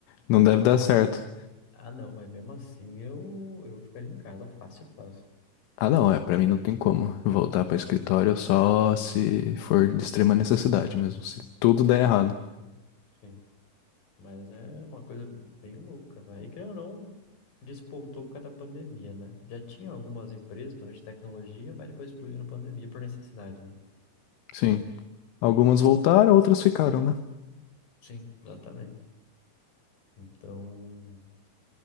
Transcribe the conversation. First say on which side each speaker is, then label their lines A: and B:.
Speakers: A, on the left; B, on the left.
A: não deve
B: Ah,
A: dar certo.
B: mãe. Ah, não, mas mesmo assim eu eu ficaria em casa fácil, fácil.
A: Ah, não, é, pra mim não tem como voltar pra escritório só se for de extrema necessidade mesmo, se tudo der errado.
B: Sim, mas é uma coisa bem louca, né? E querendo ou não, despontou por causa da pandemia, né? Já tinha algumas empresas, principalmente de tecnologia, mas depois explodiu na pandemia por necessidade, né?
A: Sim, algumas voltaram, outras ficaram, né?
B: Sim, exatamente. Então,